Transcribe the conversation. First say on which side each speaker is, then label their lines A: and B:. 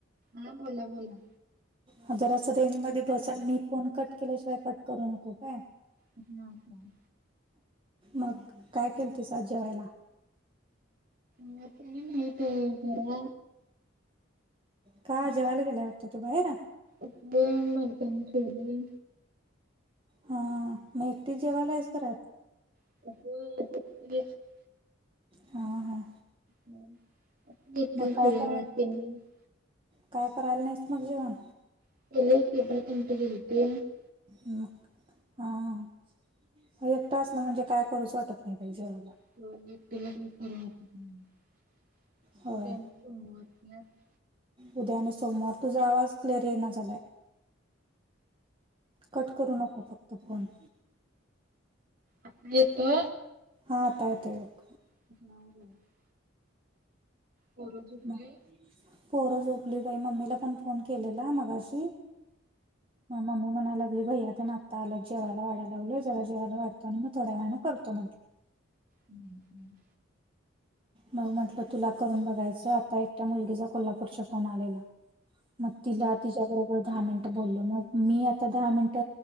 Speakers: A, on the right; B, on the right.
A: हा बोला बोला
B: हा जर असं रेंज मध्ये बसाल मी पोन कट केल्याशिवाय कट करू नको काय
A: हम् हम्
B: मग काय केल तचा जेवायला
A: म ते मु
B: का जेवायला गेलाय वाटतं तू बाहेर
A: उ मलकनी डलाई
B: हा मग एकटीच जेवायला आहेच कराात
A: हो <unintelligible>
B: हां हां.
A: <unintelligible>
B: काय करा काय करायला नाहीस मग जेवण?
A: <unintelligible>
B: हा ह ह, एकटं असलं म्हणजे काय करूच वाटत नाही. पाहिजेवाला
A: <unintelligible>
B: होय उद्या आणि सोमवार, तुझा आवाज क्लिअर इना झालाय. कट करू नको फक्त फोन.
A: आता येतो
B: हां आता येतोय बग.
A: <inaudible> पोरं झोपली?
B: मग पोरं झोपली बई. मम्मीला पण फोन केलेला मगाशी म ममी मना लागली भैया तेन आता आल्यात जेवायला वाढा लागलोय, जरा जेवायला वाढतो आणि मग थोड्या वेळांन करतो म्हटली.
A: हम्म हम्.
B: मग म्हटलं तुला करून बघायचं, आता एकट्या मुलगीचा कोल्हापूरच्या फोन आलेला. मग तिला तिच्याबरोबर दहा मिनट बोलल. मग मी आता दहा मिनिट